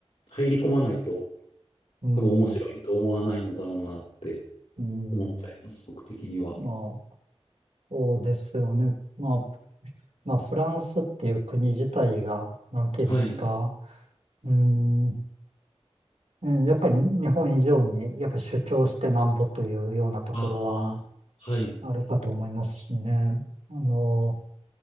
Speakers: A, on the left; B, on the right.
A: 入り込まないと
B: うん、
A: 多分面白いと思わないのだろうなって
B: うん、
A: 思っちゃいます、僕的には。
B: まあ、そうですよね。まあ、まあ、フランスっていう国自体が、なんて言いますか、
A: はい。
B: うん、うんやっぱり日本以上に、やっぱり主張してなんぼというようなところは
A: ああ、はい。
B: あるかと思いますしね。あの、